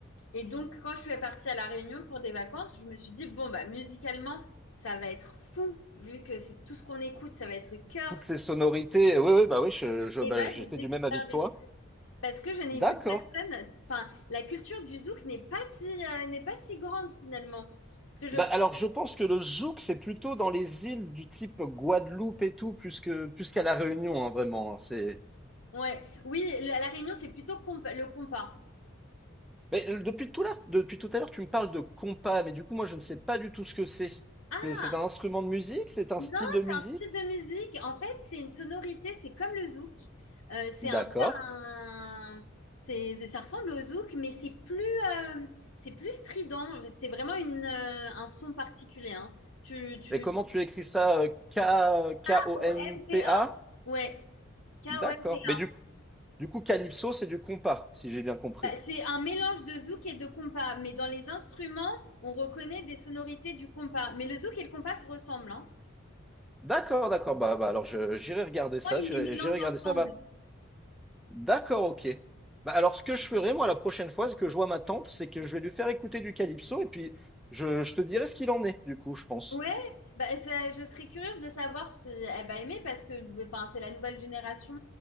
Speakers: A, on the left (about 80°); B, in the centre.
A: et donc, quand je suis partie à La Réunion pour des vacances, je me suis dit, bon, bah, musicalement, ça va être fou, vu que c'est tout ce qu'on écoute, ça va être le cœur.
B: toutes les sonorités. Oui, oui, bah oui, je, je,
A: Et
B: bah,
A: bah,
B: j'étais
A: j'étais
B: du
A: super
B: même avis que toi.
A: déçue. Parce que je n'ai
B: D'accord.
A: vu personne. Enfin, la culture du zouk n'est pas si, euh, n'est pas si grande finalement. Parce que
B: Bah,
A: je...
B: alors, je pense que le zouk, c'est plutôt dans les îles du type Guadeloupe et tout, plus que, plus qu'à La Réunion, hein, vraiment. hein, c'est...
A: Ouais. Oui, la, la Réunion, c'est plutôt compa- le compas.
B: Mais euh, depuis tout là, depuis tout à l'heure, tu me parles de compas, mais du coup, moi, je ne sais pas du tout ce que c'est.
A: Ah,
B: C'est, c'est un instrument de musique? C'est un
A: non,
B: style de musique?
A: c'est un style de musique. En fait, c'est une sonorité, c'est comme le zouk. Euh, c'est un
B: D'accord.
A: peu un... c'est- Ça ressemble au zouk, mais c'est plus, euh, c'est plus strident. C'est vraiment une, euh, un son particulier. hein. Tu, tu...
B: Et comment tu écris ça? euh, K, K-O-N-P-A?
A: K-O-M-P-A. Ouais, K-O-M-P-A.
B: D'accord. Mais du, du coup, calypso, c'est du compas, si j'ai bien compris.
A: Bah, C'est un mélange de zouk et de compas. Mais dans les instruments, on reconnaît des sonorités du compas. Mais le zouk et le compas se ressemblent. hein.
B: D'accord, d'accord. Bah, bah, alors, je, j'irai regarder ça.
A: Souvent, Ils
B: J'irai,
A: les mélangent
B: j'irai regarder
A: ensemble.
B: ça. Bah, D'accord, OK. Bah, alors, ce que je ferai, moi, la prochaine fois, c'est que je vois ma tante, c'est que je vais lui faire écouter du calypso et puis je, je te dirai ce qu'il en est, du coup, je pense.
A: Ouais, bah, ça- je serais curieuse de savoir si elle va aimer parce que enfin, c'est la nouvelle génération.